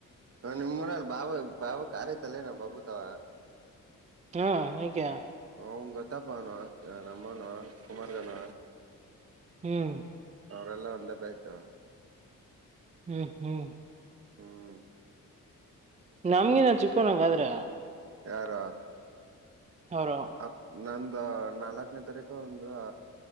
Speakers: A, on the right; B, on the right.
A: ಹ ನಿಮ ಊರಲ್ಲಿ ಬಾಬ ಬಾಬು ಕಾರತಲ್ಲೇಏನ ಬಾಬು ತಾವ
B: ಹಾ ಐತೆ
A: ಅವನ್ ಗೊತ್ತಾಪ್ಪಾನುವ ನಮ್ಮಾನುವ ಕುಮಾರ್ಗಾನ
B: ಹ್ಮ್
A: ಅವರೆಲ್ಲ ಒಂದೇ ಬ್ಯಾಚ
B: ಹ್ಮ್ ಹ್ಮ್
A: ಹ್ಮ್
B: ನಮಗಿನ ಚಿಕ್ಕವನ ಆಗಾದ್ರ
A: ಯಾರ
B: ಅವರು
A: ಅ ನಂದ ಹ ನಾಲ್ಕನೇ ತಾರೀಕು ಒಂದು ಹ